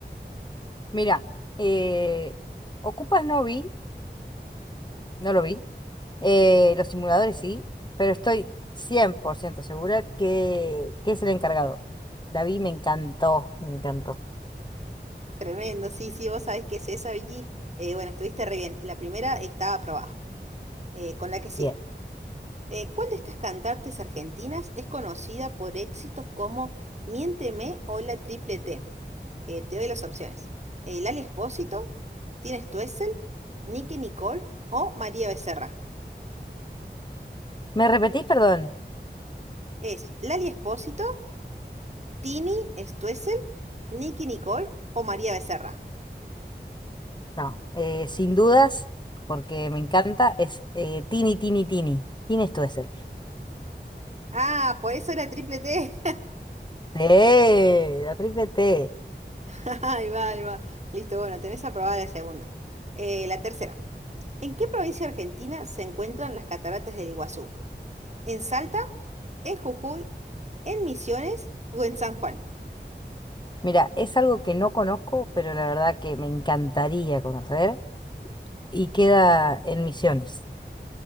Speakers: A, on the left; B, on the right.
A: Mira, eh, Ocupas no vi, no lo vi, eh, los simuladores sí, pero estoy 100% segura que, que es el encargado. La vi, me encantó, me encantó.
B: Tremendo, sí, sí, vos sabés que es esa, Vicky. Eh, bueno, estuviste re bien. La primera estaba aprobada. Eh, con la que sigue.
A: Bien.
B: Eh, ¿cuál de estas cantantes argentinas es conocida por éxitos como Miénteme o La Triple T? Eh, te doy las opciones. Eh, Lali Espósito, Tina Stoessel, Nicky Nicole o María Becerra.
A: ¿Me repetís, perdón?
B: Es Lali Espósito, Tini Stoessel, Nicky Nicole o María Becerra.
A: No, eh, sin dudas, porque me encanta, es eh, Tini, Tini, Tini. Tini esto es él.
B: Ah, por eso era triple T.
A: Sí, la triple T.
B: <laughs> Ahí va, ahí va. Listo, bueno, tenés aprobada la segunda. Eh, la tercera. ¿En qué provincia argentina se encuentran las cataratas del Iguazú? ¿En Salta, en Jujuy, en Misiones o en San Juan?
A: Mira, es algo que no conozco, pero la verdad que me encantaría conocer. y queda en Misiones.